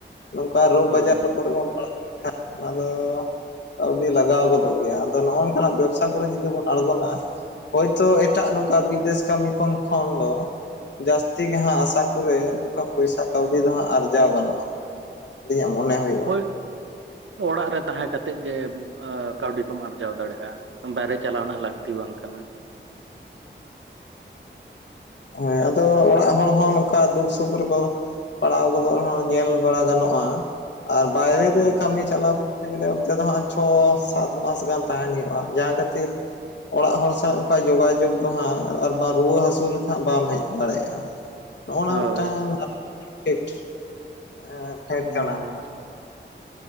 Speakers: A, on the left (about 60°); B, on the right (about 80°).
A: ᱱᱚᱝᱠᱟ ᱨᱳᱜᱽ
B: ᱦᱳᱭ
A: ᱟᱡᱟᱨ ᱠᱚᱨᱮ ᱵᱚᱱ ᱯᱟᱲᱟᱣ ᱞᱮᱱᱠᱷᱟᱱ ᱚᱱᱟ ᱫᱚ ᱠᱟᱹᱣᱰᱤ ᱞᱟᱜᱟᱣ ᱜᱚᱫᱚᱜ ᱜᱮᱭᱟ ᱟᱫᱚ ᱱᱚᱜᱼᱚᱝ ᱠᱟᱱᱟᱜ ᱵᱮᱵᱥᱟ ᱠᱚᱨᱮ ᱡᱩᱫᱤ ᱵᱚᱱ ᱟᱬᱜᱚᱱᱟ ᱦᱳᱭᱛᱳ ᱮᱴᱟᱜ ᱱᱚᱝᱠᱟ ᱵᱤᱫᱮᱥ ᱠᱟᱹᱢᱤ ᱠᱚ ᱠᱷᱚᱱ ᱫᱚ ᱡᱟᱹᱥᱛᱤ ᱜᱮ ᱦᱟᱸᱜ ᱟᱥᱟ ᱠᱚᱨᱮ ᱱᱚᱝᱠᱟ ᱯᱚᱭᱥᱟ ᱠᱟᱹᱣᱰᱤ ᱫᱚ ᱦᱟᱸᱜ ᱟᱨᱡᱟᱣ ᱜᱟᱱᱚᱜ-ᱟ ᱾ ᱟᱹᱞᱤᱧᱟᱜ ᱢᱚᱱᱮ ᱦᱩᱭᱩᱜ-ᱟ
B: ᱦᱳᱭ
A: ᱾
B: ᱚᱲᱟᱜ ᱨᱮ ᱛᱟᱦᱮᱸ ᱠᱟᱛᱮᱫ ᱜᱮ ᱠᱟᱹᱣᱰᱤ ᱠᱚᱢ ᱟᱨᱡᱟᱣ ᱫᱟᱲᱮᱭᱟᱜ-ᱟ ᱾ ᱵᱟᱭᱨᱮ ᱪᱟᱞᱟᱣ ᱨᱮᱱᱟᱜ ᱞᱟᱹᱠᱛᱤ ᱵᱟᱝ ᱠᱟᱱᱟ ᱾
A: ᱦᱳᱭ ᱟᱫᱚ ᱚᱲᱟᱜ ᱦᱚᱲ ᱦᱚᱸ ᱱᱚᱝᱠᱟ ᱫᱩᱠ ᱥᱩᱠ ᱨᱮᱠᱚ ᱯᱟᱲᱟᱣ ᱜᱚᱫᱚᱜ ᱨᱮᱦᱚᱸ ᱧᱮᱞ ᱵᱟᱲᱟ ᱜᱟᱱᱚᱜᱼᱟ ᱟᱨ ᱵᱟᱭᱨᱮ
B: ᱦᱩᱸ
A: ᱨᱮ ᱠᱟᱹᱢᱤ ᱪᱟᱞᱟᱣ <unintelligible> ᱚᱱᱛᱮ ᱫᱚ ᱦᱟᱸᱜ ᱪᱷᱚ ᱥᱟᱛ ᱢᱟᱥ ᱜᱟᱱ ᱛᱟᱦᱮᱱ ᱦᱩᱭᱩᱜ-ᱟ ᱡᱟᱦᱟᱸ ᱠᱷᱟᱹᱛᱤᱨ ᱚᱲᱟᱜ ᱦᱚᱲ ᱥᱟᱜ ᱚᱝᱠᱟ ᱡᱳᱜᱟᱡᱳᱜᱽ ᱫᱚ ᱦᱟᱸᱜ ᱟᱨ ᱵᱟᱝ ᱨᱩᱣᱟᱹ ᱦᱟᱹᱥᱩ ᱞᱮᱠᱷ ᱦᱟᱸᱜ ᱵᱟᱢ ᱦᱮᱡ ᱫᱟᱲᱮᱭᱟᱜ-ᱟ ᱱᱚᱜ-ᱚ ᱱᱟ
B: ᱦᱳᱭ
A: ᱢᱤᱫᱴᱟᱝ ᱯᱷᱮᱠᱴ ᱾ ᱮᱸ ᱯᱷᱮᱠᱴ
B: ᱦᱩᱸ
A: ᱠᱟᱱᱟ